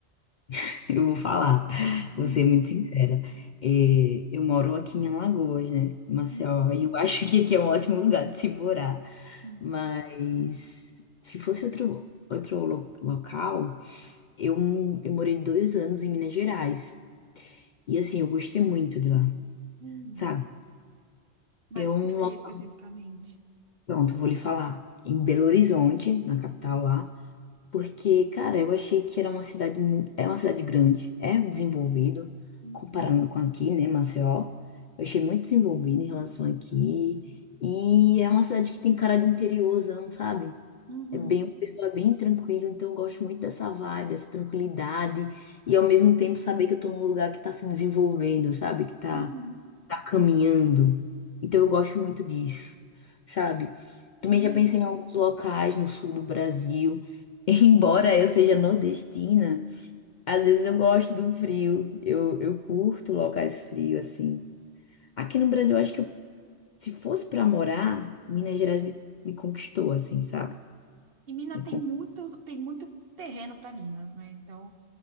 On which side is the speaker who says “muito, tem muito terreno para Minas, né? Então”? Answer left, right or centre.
Right